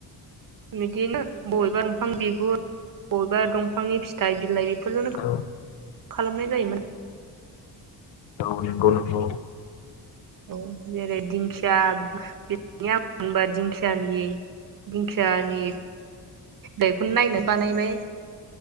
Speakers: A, on the right (about 50°); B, on the left (about 80°).
A: बिदिनो बबेबा दंफां बि <unintelligible> दंफांनि फिथाइ बिलाइ <unintelligible>
B: औ
A: खालामनाय जायोमोन
B: औ नंगा नंगौ
A: औ जेरै दिंखिया बेनि दिंखियानि दिंखियानि दाखौनो नायना बानायबाय